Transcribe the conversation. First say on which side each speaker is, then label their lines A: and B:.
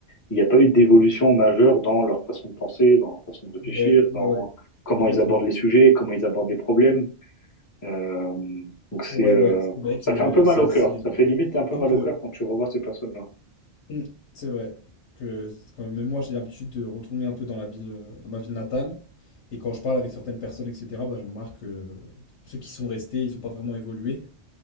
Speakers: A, on the left; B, on the left.
A: Il n'y a pas eu d'évolution majeure dans leur façon de penser, dans leur façon de réfléchir,
B: Ouais, ouais,
A: dans
B: ouais,
A: comment
B: complètement.
A: ils abordent les sujets, comment ils abordent les problèmes. Euh, donc c'est,
B: Ouais,
A: euh,
B: ouais, c'est vrai que
A: ça fait un peu mal
B: c'est
A: au
B: assez.
A: cœur.
B: euh,
A: Ça fait limite un peu mal
B: un peu.
A: au cœur quand tu revois ces personnes-là.
B: Mm, C'est vrai que c'est quand même moi, j'ai l'habitude de retourner un peu dans la ville, euh, dans ma ville natale. Et quand je parle avec certaines personnes, etc., bah, je remarque que ceux qui sont restés, ils n'ont pas vraiment évolué.